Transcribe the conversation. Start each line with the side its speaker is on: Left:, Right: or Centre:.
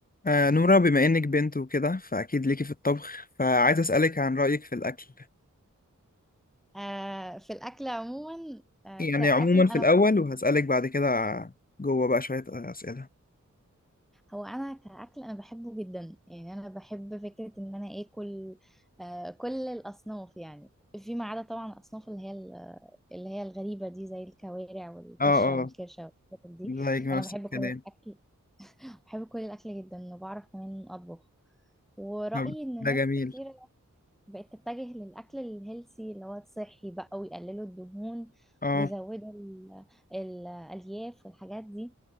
Left: آه نورا بما إنك بنت وكده فأكيد ليكي في الطبخ فعايز أسألك عن رأيك في الأكل
Centre: آه في الأكل عموما آه
Left: يعني
Centre: كأكل
Left: عموما في
Centre: أنا
Left: الأول
Centre: بص-
Left: وهسألك بعد كده جوه بقى شوية أسئلة
Centre: هو أنا كأكل أنا بحبه جدا يعني أنا بحب فكرة إن أنا آكل آه كل الأصناف يعني فيما عدا طبعا الأصناف اللي هي ال- اللي هي الغريبة دي زي الكوارع والفشة
Left: اه
Centre: والكرشة
Left: اه
Centre: والحاجات دي
Left: زيك نفس
Centre: أنا بحب
Left: الكلام
Centre: كل الأكل بحب كل الأكل جدا وبعرف كمان أطبخ ورأيي
Left: طب
Centre: إن
Left: ده
Centre: ناس
Left: جميل
Centre: كتير بقت تتجه للأكل الهيلثي اللي هو الصحي بقى ويقللوا الدهون
Left: اه
Centre: ويزودوا ال- الألياف والحاجات دي